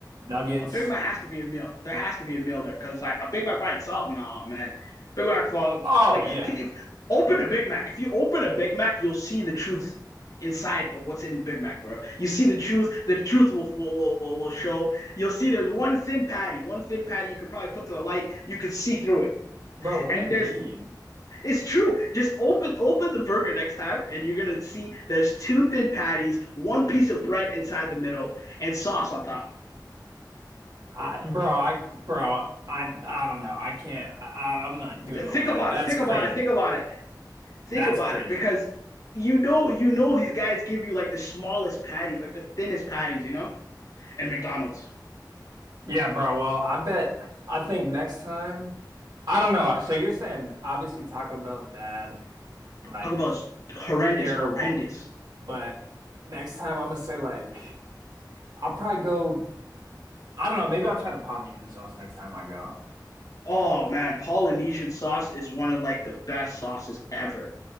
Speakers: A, on the right (about 65°); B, on the left (about 50°).
A: nuggets.
B: a Big Mac has to be a meal. There has to be a meal there because like a Big Mac by itself, no man. Big Mac for
A: Oh
B: like
A: yeah,
B: if open a Big Mac. If you open a Big Mac, you'll see the truth inside of what's in Big Mac, bro. You see the truth. The truth will will, will, will show. You'll see there's one thin patty, one thin patty you could probably put to the light. You could see through it.
A: bro. What
B: And
A: do you
B: there's
A: mean?
B: it's true. Just open open the burger next time, and you're gonna see there's two thin patties, one piece of bread inside the middle, and sauce on top.
A: I, bro, I, bro, I, I don't know. I can't. I, I- I'm not doing
B: Think
A: all that.
B: about
A: That's
B: it. Think
A: crazy.
B: about it. Think about it. Think
A: That's
B: about
A: crazy.
B: it, because you know, you know, these guys give you like the smallest patties, like the thinnest patties, you know. And McDonald's,
A: Yeah, bro. Well, I bet I think next time I don't know. So you're saying obviously Taco Bell's bad, like
B: Taco Bell's horrendous,
A: terrible,
B: horrendous.
A: but next time I'm gonna say like I'll probably go I don't know, maybe I'll try the Polynesian sauce next time I go.
B: Oh man, Polynesian sauce is one of like the best sauces ever.